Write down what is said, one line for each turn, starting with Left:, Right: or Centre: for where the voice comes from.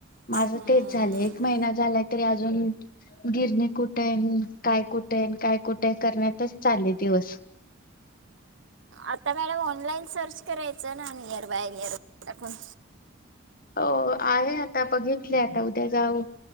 Left: माझं
Right: हम्म.
Left: तेच झालंय एक महिना झाला, तरी अजून गिरणी कुठंय, अन काय कुठय, काय कुठंय करण्यातच चालले दिवस.
Right: आता मॅडम ऑनलाईन सर्च करायचं ना नियर बाय, नियर बाय टाकून
Left: हो आहे, आता बघितले, आता उद्या जाऊ.